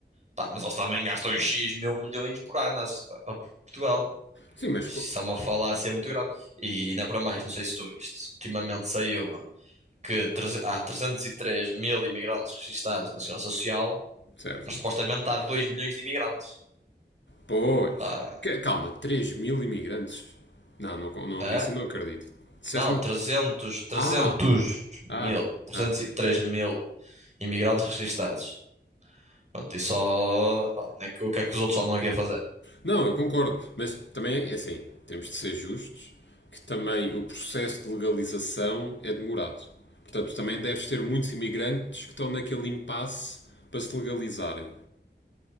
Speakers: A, on the right; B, on the left.
A: Tá, mas eles também gastam X mil milhões por ano a, a Portugal.
B: Sim, mas.
A: Isso
B: co-
A: é uma falácia muito grave. E ainda para mais, não sei se tu viste, ultimamente saiu que treze- há 303 mil imigrantes registados na Segurança Social,
B: Certo.
A: mas supostamente há dois milhões de imigrantes.
B: Pois.
A: Pá,
B: Ca- Calma, 3 mil imigrantes? Não, não, con- não,
A: é?
B: isso eu não acredito. Disseste-me.
A: Não, 300, 300
B: Ah!
A: mil,
B: Ah!
A: 303
B: Ah!
A: mil imigrantes registados. Pronto, e só. pá, não é que, o que é que os outros andam aqui a fazer?
B: Não, eu concordo, mas também é assim, temos de ser justos que também o processo de legalização é demorado. Portanto, também deves ter muitos imigrantes que estão naquele impasse para se legalizarem.